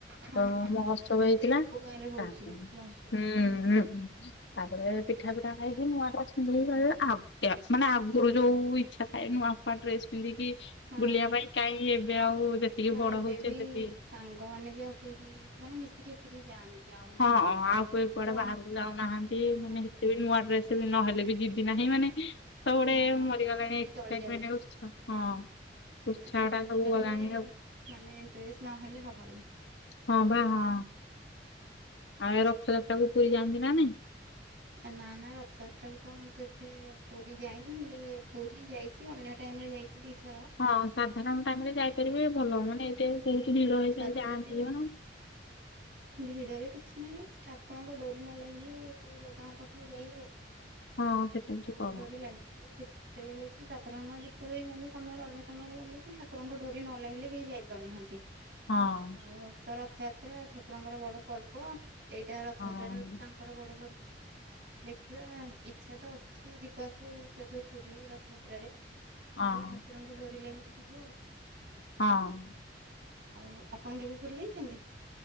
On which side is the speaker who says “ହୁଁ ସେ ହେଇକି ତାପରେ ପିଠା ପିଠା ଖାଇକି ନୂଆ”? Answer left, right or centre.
Left